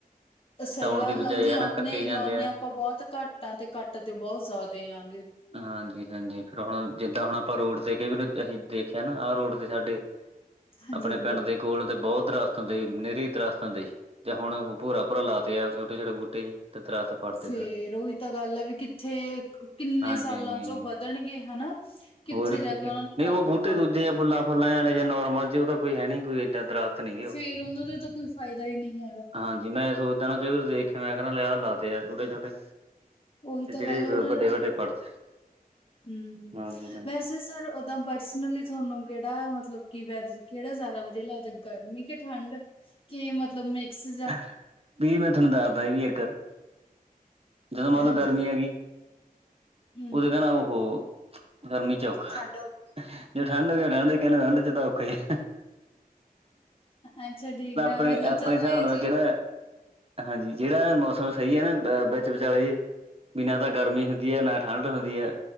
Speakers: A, on the right (about 40°); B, on the left (about 35°).
A: ਕਟਾਉਣ
B: ਸਹੀ ਗੱਲ
A: ਦੀ ਬਜਾਏ
B: ਲੱਗਦੀ ਲੌਨੇ-ਲੌਨੇ
A: ਹਨਾ ਕੱਟੇ ਜਾਂਦੇ ਆ
B: ਆਪਾਂ ਬਹੁਤ ਘੱਟ ਆਂ ਤੇ ਕਟ ਤੇ ਬਹੁਤ ਜ਼ਿਆਦੇ ਆਗੇ।
A: ਹਾਂਜੀ-ਹਾਂਜੀ ਫਿਰ ਹੁਣ ਜਿੱਦਾਂ ਹੁਣ ਆਪਾਂ ਰੋਡ ਤੇ ਕੇ ਵੀ ਅਸੀਂ ਦੇਖਿਆ ਨਾ ਆਹ ਰੋਡ ਤੇ ਸਾਡੇ
B: ਹਾਂਜੀ
A: ਆਪਣੇ
B: ਹਾਂਜੀ
A: ਪਿੰਡ ਦੇ ਕੋਲ ਤੇ ਬਹੁਤ ਦਰਖ਼ਤ ਹੁੰਦੇ ਸੀ, ਨਿਰੀ ਦਰਖ਼ਤ ਹੁੰਦੇ ਸੀ। ਜਾਂ ਹੁਣ ਭੋਰਾ- ਭੋਰਾ ਲਾ ਤੇ ਆ ਛੋਟੇ- ਛੋਟੇ ਬੂਟੇ ਜੇ। ਤੇ ਦਰਖਤ ਪੜਤੇ
B: ਫੇਰ
A: ਸਾਰੇ
B: ਓਹੀ ਤਾਂ ਗੱਲ ਆ ਵੀ ਕਿੱਥੇ ਕਿੰਨੇ
A: ਹਾਂਜੀ
B: ਸਾਲਾਂ
A: ਹਾਂਜੀ
B: ਚ ਉਹ ਵੱਧਣਗੇ ਹਨਾ, ਕਿੱਥੇ
A: ਹੋਰ ਕੀ
B: ਜਾ ਕੇ
A: ਨਹੀਂ
B: ਉਹਨਾਂ ਨੇ ਕਰਨਾ
A: ਉਹ ਬੂਟੇ
B: ਕੰਮ।
A: ਦੂਜੇ ਆ ਫੁੱਲਾਂ ਫੁੱਲਾਂ ਵਾਲੇ ਜਾਂ ਨੋਰਮਲ ਜੇ, ਉਹ ਤਾਂ ਕੋਈ ਹੈ ਨੀ ਕੋਈ ਇੱਦਾਂ ਦਰਖਤ। ਤ ਨੀ ਗੇ ਉਹ
B: ਫੇਰ ਉਹਨਾਂ ਦਾ ਤਾਂ ਕੋਈ ਫਾਇਦਾ ਹੀ ਨਹੀਂ ਹੈਗਾ
A: ਹਾਂ। ਜੀ ਮੈਂ ਸੋਚਦਾ ਨਾ ਕਈ ਵਾਰੀ ਦੇਖਿਆ, ਮੈਂ ਕਿਆ ਲਿਆ ਲਾਤੇ ਆ ਛੋਟੇ -ਛੋਟੇ।
B: ਉਹੀ
A: ਤੇ
B: ਤਾਂ
A: ਜਿਹੜੇ
B: ਗੱਲ, ਉਹਨਾਂ
A: ਵੱਡੇ
B: ਨੇ
A: ਵੱਡੇ ਪੜਤੇ
B: ਹਮ
A: ਹਾਂਜੀ
B: ਵੈਸੇ ਤੇ ਸਰ ਊਦਾਂ ਪਰਸਨਲੀ ਤੁਹਾਨੂੰ ਕਿਹੜਾ ਮਤਲਬ, ਕਿ ਵੈਦਰ ਕਿਹੜਾ ਜ਼ਿਆਦਾ ਵਧੀਆ ਲੱਗਦਾ। ਗਰਮੀ ਕਿ ਠੰਡ, ਕਿ ਮਤਲਬ ਮਿਕਸ ਜਾ।
A: ਹਾਂਜੀ ਵੀ ਮੈਂ ਤੁਹਾਨੂੰ ਦੱਸਦਾ ਸੀ ਵੀ ਇੱਕ ਗੱਲ, ਜਦੋਂ ਮੰਨ
B: ਹਾਂਜੀ
A: ਲਓ ਗਰਮੀ ਆਗੀ
B: ਹਮ
A: ਉਹਦੇ ਕਹਿਣਾ ਉਹਹੋ ਗਰਮੀ 'ਚ ਔਖਾ।
B: ਠੰਡ ਹੋਵੇ।
A: ਜੇ ਠੰਡ ਹੋ ਜੋ ਠੰਡ -ਠੰਡ ਚ ਤਾਂ ਔਖੇ ਹੀ ਆ।
B: ਅੱਛਾ, ਠੀਕ ਆ।
A: ਆਪਣੇ-ਆਪਣੇ
B: ਮਤਲਬ ਤੁਹਾਨੂੰ
A: ਹਿਸਾਬ
B: ਇਹ
A: ਨਾ ਤਾਂ
B: ਜੀ
A: ਜਿਹੜਾ ਹਾਂਜੀ, ਜਿਹੜਾ ਇਹ ਮੌਸਮ ਸਹੀ ਹੈ ਨਾ ਵਿੱਚ ਵਿਚਾਲੇ ਜੇ ਵੀ ਨਾ ਤਾਂ ਗਰਮੀ ਹੁੰਦੀ ਹੈ, ਨਾ ਠੰਡ ਹੁੰਦੀ ਹੈ,